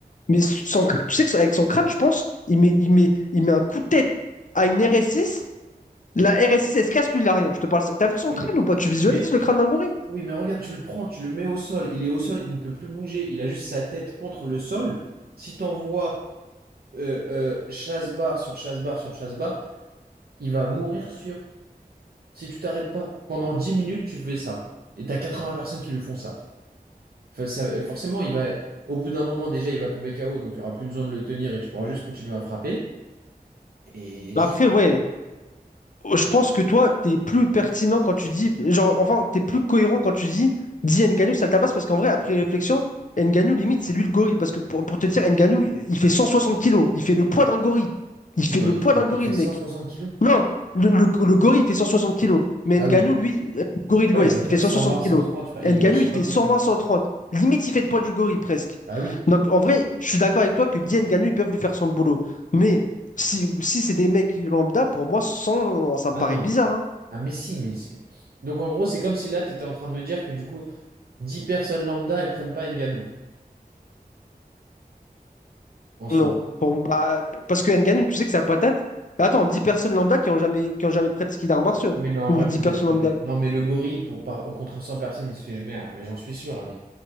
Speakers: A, on the left; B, on the right.
A: mais son crâne, tu sais que avec son crâne, je pense, il met, il met, il met un coup de tête à une RS6. La RS6, elle se casse, lui, il a rien. Je te parle. ça. T'as vu son
B: Oui,
A: crâne
B: mais,
A: ou pas? Tu visualises
B: mais
A: le
B: tu-
A: crâne d'un gorille?
B: oui, mais regarde, tu le prends, tu le mets au sol. Il est au sol, il ne peut plus bouger. Il a juste sa tête contre le sol. Si t'envoies euh, euh, chasse-barre sur chasse-barre sur chasse-barre, il va mourir sûr. Si tu t'arrêtes pas, pendant 10 minutes, tu fais ça. Et t'as 80 personnes qui lui font ça. Enfin, ça- forcément, il va, au bout d'un moment, déjà, il va tomber KO, donc il n'y aura plus besoin de le tenir et tu pourras juste continuer à frapper. Et
A: La
B: juste.
A: pub, oui. je pense que toi, t'es plus pertinent quand tu dis, genre, enfin, t'es plus cohérent quand tu dis, dis Ngannou, ça le tabasse, parce qu'en vrai, après réflexion, Ngannou, limite, c'est lui le gorille. Parce que pour, pour te dire, Ngannou, il fait 160 kilos, il fait le poids d'un gorille. Il
B: Non,
A: fait le
B: il
A: poids
B: fait pas,
A: d'un gorille,
B: il fait
A: le
B: cent
A: mec.
B: soixante kilos.
A: Non, le, le, le gorille, il fait 160 kilos. Mais
B: Ah
A: Ngannou,
B: oui.
A: lui, euh, gorille de
B: Ouais,
A: l'Ouest,
B: il doit
A: il
B: faire
A: fait 160
B: 120, 130,
A: kilos.
B: frère.
A: Ngannou,
B: Il doit, je sais
A: il
B: pas
A: fait
B: combien.
A: 120-130. Limite, il fait le poids du gorille, presque.
B: Ah oui.
A: Donc, en vrai, je suis d'accord avec toi que Guy Ngannou, ils peuvent lui faire son boulot. Mais si, si c'est des mecs lambda, pour moi, sans, ça me
B: Ah
A: paraît
B: non.
A: bizarre. hein.
B: Ah mais si, mais. c'est- Donc en gros, c'est comme si là, tu étais en train de me dire que du coup, 10 personnes lambda, elles prennent pas Ngannou, en soi.
A: Non. Bon, bah, parce que Ngannou, tu sais que sa patate... Attends, 10 personnes lambda qui ont jamais, qui ont jamais pratiqué d'arts martiaux.
B: Oui, non, en
A: Ou
B: vrai,
A: 10
B: peut-être,
A: personnes
B: peut-être.
A: lambda.
B: Non, mais le gorille, pour, par, au contre 100 personnes, il se fait jemer. ah, Mais j'en suis sûr, Amir.